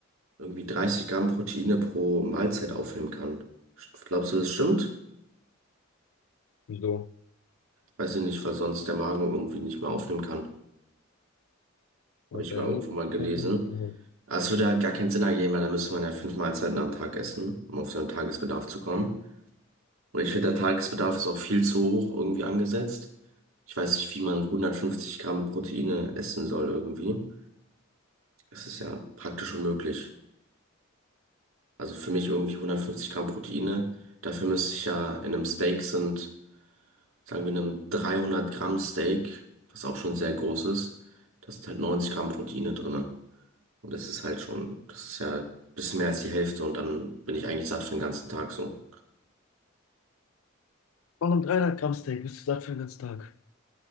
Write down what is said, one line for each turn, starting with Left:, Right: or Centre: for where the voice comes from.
Right: irgendwie 30 Gramm Proteine pro Mahlzeit aufnehmen kann. Glaubst du, das stimmt?
Left: Wieso?
Right: Weiß ich nicht, weil sonst der Magen irgendwie nicht mehr aufnehmen kann.
Left: What
Right: Habe ich
Left: the
Right: mal
Left: hell?
Right: irgendwo mal gelesen.
Left: Hab ich noch nicht gehört.
Right: Aber es würde halt gar keinen Sinn ergeben, weil da müsste man ja fünf Mahlzeiten am Tag essen, um auf seinen Tagesbedarf zu kommen. Und ich finde, der Tagesbedarf ist auch viel zu hoch irgendwie angesetzt. Ich weiß nicht, wie man 150 Gramm Proteine essen soll irgendwie. Das ist ja praktisch unmöglich. Also für mich irgendwie 150 Gramm Proteine. Dafür müsste ich ja in einem Steak sind, sagen wir in einem 300 Gramm Steak, was auch schon sehr groß ist, da sind halt 90 Gramm Proteine drinne. Und das ist halt schon, das ist ja ein bisschen mehr als die Hälfte und dann bin ich eigentlich satt für den ganzen Tag so.
Left: Auch ein 300 Gramm Steak bist du satt für den ganzen Tag.